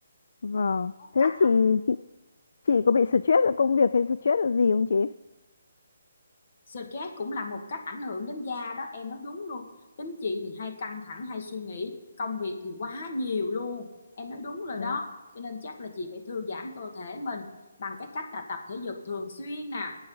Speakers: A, on the left (about 65°); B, on the left (about 45°).
A: vâng.
B: Có
A: Thế
B: cách
A: chị chị chị có bị stress ở công việc hay stress ở gì không chị?
B: Stress cũng là một cách ảnh hưởng đến da đó, em nói đúng luôn. Tính chị thì hay căng thẳng, hay suy nghĩ, công việc thì quá nhiều luôn. Em nói đúng rồi
A: Đấy
B: đó.
A: ạ.
B: Cho nên chắc là chị phải thư giãn cơ thể mình bằng cái cách là tập thể dục thường xuyên nè,